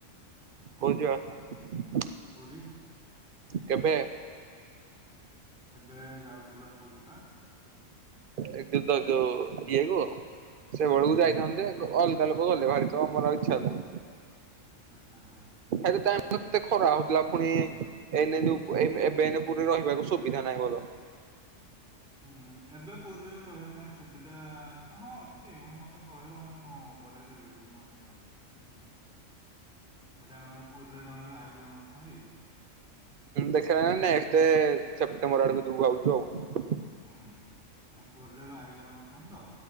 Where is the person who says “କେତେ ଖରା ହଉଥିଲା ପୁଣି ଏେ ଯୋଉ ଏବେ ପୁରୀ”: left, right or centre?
Right